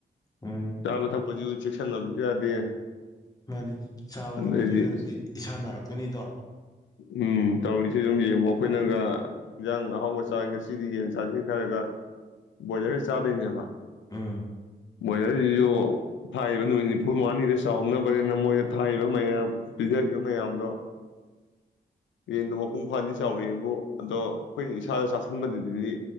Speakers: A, on the left; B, on the left.
A: ꯎꯝ
B: ꯆꯥꯕ ꯊꯛꯄꯁꯨ ꯆꯦꯛ ꯉꯥꯡꯅꯕꯁꯨ ꯌꯥꯗꯦ
A: ꯃꯥꯅꯤ ꯆꯥꯕ
B: ꯑꯗꯩꯗꯤ
A: ꯊꯛꯄ ꯆꯦꯗꯗꯤ
B: ꯑꯁ
A: ꯏꯁꯥ ꯅꯥꯔꯛꯇꯣꯏꯅꯤꯗꯣ
B: ꯎꯝ ꯇꯧꯔꯤꯁꯤ ꯁꯨꯝ ꯌꯦꯡ ꯋꯥ ꯑꯩꯈꯣꯏꯅꯒ ꯌꯦꯟꯖꯥꯡ ꯑꯍꯥꯎꯕ ꯆꯥ ꯉꯁꯤꯗꯤ ꯌꯦꯟ ꯆꯥꯁꯤ ꯈꯔꯒ ꯣꯖꯦ ꯐ ꯆꯥꯗꯅꯤꯕ
A: ꯎꯝ
B: ꯃꯕꯣꯏꯂꯔꯁꯤꯁꯨ ꯊꯥꯛꯕ ꯅꯨꯃꯤꯠ ꯅꯤꯐꯨ ꯃꯉꯥꯅꯤꯗ ꯆꯥꯎꯅꯕꯅꯤꯅ ꯃꯣꯏꯗ ꯊꯥꯛꯕ ꯃꯌꯥꯝ ꯄꯤꯖꯔꯤꯕ ꯃꯌꯥꯝꯗꯣ ꯌꯦꯟꯗꯣ ꯃꯄꯨꯡ ꯐꯥꯗꯤ ꯆꯥꯎꯔꯛꯑꯦꯕꯨ ꯑꯗꯣ ꯑꯩꯈꯣꯏꯅ ꯏꯁꯥꯗ ꯆꯥꯥꯁꯟꯕꯗꯗꯤ